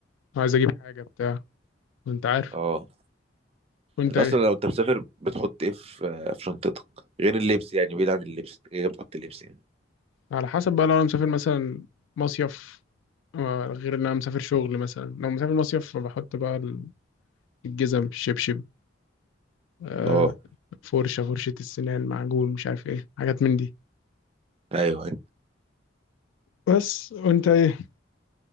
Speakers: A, on the left; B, on the right.
A: عايز أجيب حاجة بتاع وأنت عارف
B: اه
A: وأنت
B: انت
A: إيه
B: اصلا لو انت مسافر بتحط ايه في في شنطتك غير اللبس يعني بعيد عن اللبس انت كده كده بتحط اللبس يعني
A: على حسب بقى لو أنا مسافر مثلا مصيف آه، غير إن أنا مسافر شغل مثلا لو مسافر مصيف فبحط بقى ال- الجزم الشبشب آه،
B: اه
A: فرشة فرشة السنان معجون مش عارف إيه حاجات من دي
B: ايوه ايوه
A: بس وأنت إيه